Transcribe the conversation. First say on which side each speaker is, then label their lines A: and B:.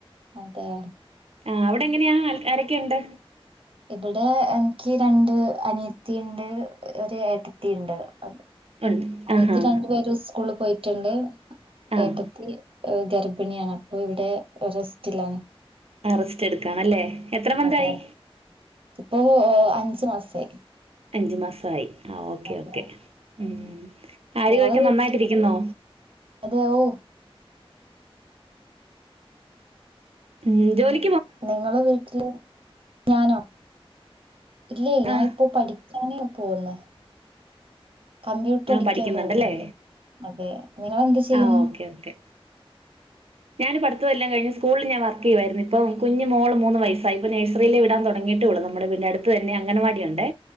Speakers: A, on the right; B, on the right.
A: അതെയോ
B: ആഹ് അവിടെ എങ്ങനെയാ ആരൊക്കെണ്ട്
A: ഇബ്ടെ എനിക്ക് രണ്ട് അനിയത്തീണ്ട് ഒരു ഏട്ടത്തീണ്ട് അബ്
B: ഉണ്ട്
A: <unintelligible>
B: ആഹാ
A: രണ്ടു പേര് ഉസ്കൂള് പോയി ട്ടുണ്ട്
B: ആഹ്
A: ഏട്ടത്തി ഗർഭ പിണിയാണ് അപ്പൊ ഇവിടെ റെസ്റ്റിലാണ്
B: ആ റേസ്റ്റ് എടുക്കാണല്ലേ എത്ര മന്തായി?
A: അതെ ഇപ്പോ ഏഹ് അഞ്ചു മാസായി
B: അഞ്ച് മാസമായി ആ ഓക്കെ
A: അതെ
B: ഓക്കെ ഉം കാര്യവുമൊക്കെ
A: നിങ്ങളെ വീട്ടിൽ
B: നന്നായിട്ടിരിക്കുന്നോ
A: അതെ ഓ
B: ഉം, ജോലി
A: നിങ്ങള് വീട്ടില് ഞാനോ ഇല്ല, ഞാൻ
B: ആ
A: ഇപ്പോ പഠിക്കാനേ പോന്ന് കമ്പ്യൂട്ടറ് പഠിക്കാൻ
B: ആ പഠിക്കുന്നുണ്ടല്ലേ
A: പോവുന്നുണ്ട് അതെ നിങ്ങളെന്ത് ചെയ്യുന്നു?
B: ആ ഓക്കെ ഓക്കെ ഞാൻ പഠിത്തവെല്ലാം കഴിഞ്ഞ് സ്കൂളിൽ ഞാൻ വർക്ക് ചെയ്യുവായിരുന്നു, ഇപ്പം കുഞ്ഞ് മോള് മൂന്ന് വയസ്സായി, ഇപ്പോ നഴ്സറിയില് വിടാൻ തൊടങ്ങിയിട്ടുള്ളൂ, നമ്മുടെ വീടിൻറെ അടുത്ത് തന്നെ അംഗൻവാടിയൊണ്ടേ.